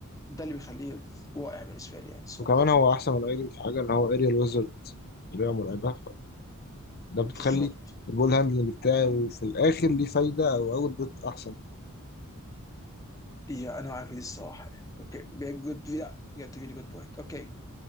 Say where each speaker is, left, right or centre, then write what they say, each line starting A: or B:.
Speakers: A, on the left; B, on the left.
A: ده اللي بيخليه رائع بالنسبه لي يعني الصراحه
B: وكمان هو احسن من ايدن في حاجه ان هو اريال ويزرد طريقه مرعبه ده بتخلي
A: بالظبط
B: البول هاندلنج بتاعي وفي الاخر ليه فايده او اوت بوت احسن
A: يا انا معاك في دي الصراحه يعني اوكي جود لا بجد ريلي جود بوينت اوكي